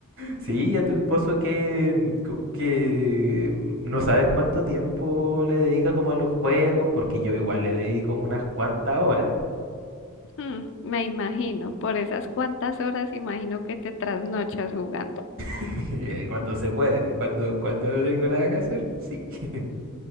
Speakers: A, on the right; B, on the left.
A: Sí, y a tu esposo que, mm, co- que mm, no sabes cuánto tiempo le dedica como a los juegos, porque yo igual le dedico unas cuantas horas,
B: Mm, me imagino, por esas cuantas horas imagino que te trasnochas jugando.
A: <laughs> eh, cuando se puede, cuando, cuando no tengo nada que hacer, sí. <laughs>